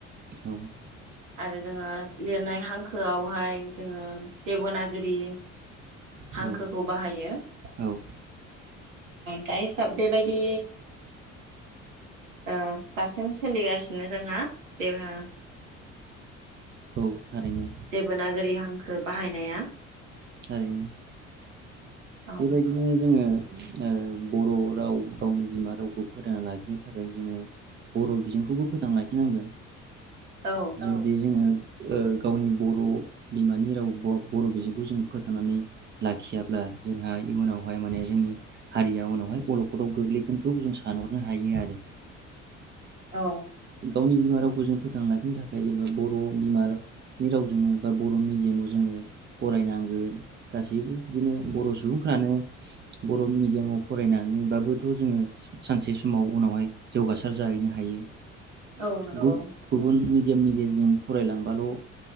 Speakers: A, on the right (about 30°); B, on the right (about 80°).
A: औ
B: आरो जोङो लिरनाय हांखोआवहाय जोङो देबनागोरि हांखोखौ
A: औ
B: बाहायो
A: औ
B: दा हिसाब बेबायदि ओ दासिम सोलिगासिनो जोंहा बे ओ
A: औ थारैनो
B: देबनागोरि हांखो बाहायनाया
A: थारैनो
B: औ
A: बेबायदिनो जोङो ओ बर' राव गावनि बिमा रावखौ फोथांना लाखिनो थाखाय जोङो बर' बिजोंखौबो फोथांना लाखिनांगोन।
B: औ
A: <unintelligible> ओ गावनि बर' बिमानि राव ब-बर' बिजोंखौ जों फोथांनानै लाखियाब्ला जोंहा इयुनावहाय माने जोंनि हारिया उनावहाय अल'खदाव गोग्लैगोनखौ जों सानहरनो हायो आरो।
B: औ
A: गावनि बि मा रावखौ जों फोथांना लाखिनो थाखाय जोङो बर' बिमार नि रावजों बा बर' मिडियामाव जोङो फरायनांगोन गासैबो बिदिनो बर' सु सुबुंफ्रानो बर' मिडियामाव फरायनानैबाबोथ' जोङो सानसे समाव उनावहाय जौगासार जाहैनो हायो।
B: औ नंगौ
A: गौ गुबुन मि यामनि गेजेरजों फरायलांबाल'